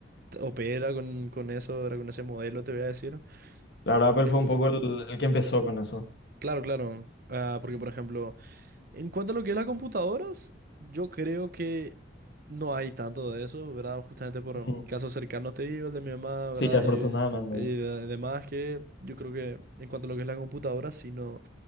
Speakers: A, on the right; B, on the left.
A: t- opera con, con eso, ¿verdad? Con ese modelo, te voy a decir.
B: La verdad, Apple
A: Es
B: fue
A: co-
B: un poco
A: con-
B: el, el que empezó con eso.
A: claro, claro. Ah, porque, por ejemplo, En cuanto a lo que es las computadoras, yo creo que no hay tanto de eso, ¿verdad? Justamente por
B: Ujú.
A: um, casos cercanos te digo, el de mi mamá, ¿verdad?
B: Sí, afortunadamente.
A: Y, eh, y de- demás, que yo creo que en cuanto a lo que es la computadora, sí no,